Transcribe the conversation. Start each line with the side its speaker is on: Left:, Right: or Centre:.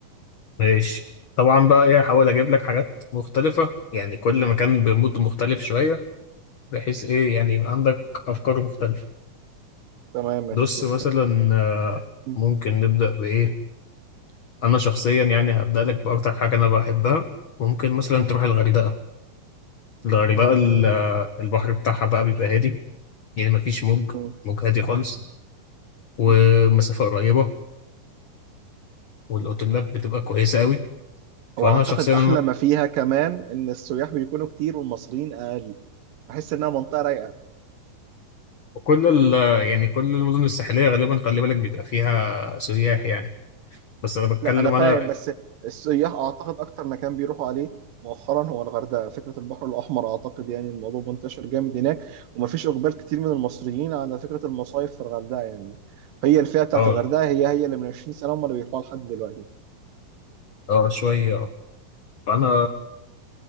Left: ماشي طبعا بقى ايه هحاول اجيب لك حاجات مختلفة يعني كل مكان بمود مختلف شوية بحيث ايه يعني يبقى عندك افكار مختلفة
Right: تمام مفيش
Left: بص
Right: مشكله
Left: مثلا آه،
Right: م-
Left: ممكن نبدأ بايه انا شخصيا يعني هبدأ لك باكتر حاجة انا بحبها ممكن مثلا
Right: م-
Left: تروح الغردقة الغردقة ال- آه، البحر بتاعها بقى بيبقى هادي يعني مفيش موج
Right: م-
Left: موج هادي خالص ومسافة
Right: م.
Left: قريبة والاوتيلات بتبقى كويسة قوي فانا
Right: واعتقد
Left: شخصيا
Right: احلى ما فيها كمان ان السياح بيكونوا كتير والمصريين اقل بحس انها منطقه رايقه
Left: وكل ال يعني كل المدن الساحلية غالبا خلي بالك بيبقى فيها سياح يعني بس أنا بتكلم
Right: لا انا فاهم
Left: أنا
Right: بس السياح اعتقد اكتر مكان بيروحوا عليه مؤخرا هو الغردقه فكره البحر الاحمر اعتقد يعني الموضوع منتشر جامد هناك ومفيش اقبال كتير من المصريين على فكره المصايف في الغردقه يعني هي الفئه بتاعت
Left: أه
Right: الغردقه هي هي اللي من 20 سنه هم اللي بيروحوا لحد دلوقتي
Left: أه شوية أه فأنا
Right: م-